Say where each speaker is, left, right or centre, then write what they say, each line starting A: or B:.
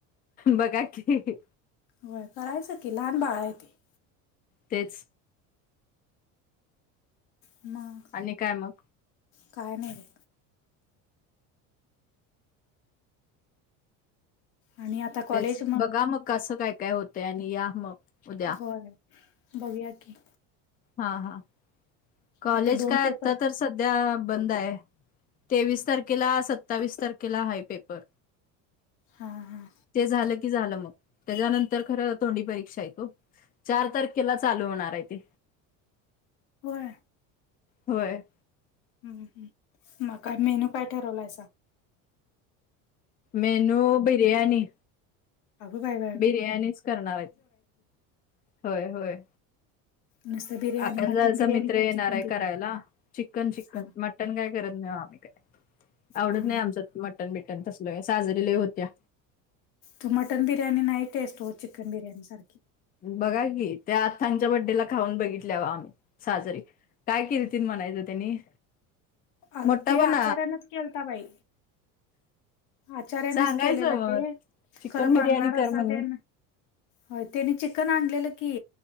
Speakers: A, on the left; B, on the left.
A: बघा की.
B: होय, करायचं की लहान बाळ आहे ते.
A: तेच.
B: म <unintelligible>
A: आणि काय मग.
B: काय नाही. आणि आता कॉलेज
A: तेच बघा मग कसं काय काय होतंय आणि या मग. उद्या
B: होय, बघूया की-
A: हा, हा, कॉलेज
B: आता दोन
A: काय
B: पेपर
A: आता तर सध्या बंद आहे. तेवीस तारखेला, सत्तावीस तारखेला, हाय पेपर
B: हां हां
A: ते झालं झालं मग, त्याच्यानंतर खर तोंडी परीक्षा येतो, चार तारखेला चालू होणार आहे ते.
B: होय.
A: होय.
B: हम्, हं- म काय, मेनू काय ठरवलायचा.
A: मेनू, बिरयाणी.
B: अग बाई.
A: बिर्याणीच करणार आहेत. होय, होय,
B: नुसतं बिर्याणी
A: अकादचा
B: मटन बिर्याणी
A: मित्र
B: काय
A: येणार
B: चिकन
A: आहे
B: बिर्याणी
A: करायला चिकन चिक्न
B: हां
A: म <unintelligible> मटन काय करत नाही आम्ही काय आवडत
B: हां
A: नाही आमचं मटन बिटन तसलो आहे साजरील्या होत्या
B: तू मटन बिर्याणी नाही टेस्ट हो चिकन बिर्याणी सारखी
A: बघा की त्या आत् सांच्या बड्डेला खाऊन बघितल्यावा आम्ही साजरी काय केलं त म्हणायचं त्यांनी
B: अ
A: मोठा
B: ते
A: पण
B: आचार्यानच केलता बाई आचार्यानेच
A: सांगायचं
B: केलेलं
A: मग
B: ते
A: चिकन
B: खरं
A: बिर्याणी
B: पांढरार
A: कर
B: असा
A: म्हणून
B: ते हो त्याने चिकन आणलेलं की